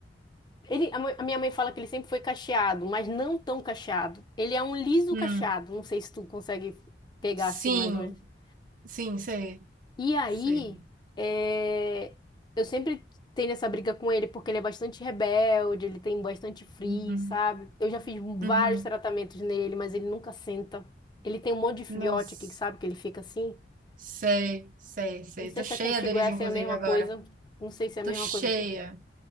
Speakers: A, on the left; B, on the right.
A: Ele, a mãe- a minha mãe fala que ele sempre foi cacheado, mas não tão cacheado. Ele é um liso
B: Hum,
A: cacheado. Não sei se tu consegue pegar
B: sim,
A: assim mais ou menos.
B: sim, sei,
A: E aí,
B: sei.
A: é, eu sempre tenho essa briga com ele porque ele é bastante rebelde, ele tem bastante frizz,
B: Uhum,
A: sabe? Eu já fiz
B: uhum.
A: vários tratamentos nele, mas ele nunca senta. Ele tem um monte de filhote
B: Nossa,
A: aqui, que sabe? Que ele fica assim.
B: sei, sei, sei.
A: Não sei
B: Tô
A: se
B: cheia
A: é contigo
B: deles,
A: essa
B: inclusive,
A: é a mesma
B: agora.
A: coisa. Não sei se é a
B: Tô
A: mesma
B: cheia.
A: coisa que tu.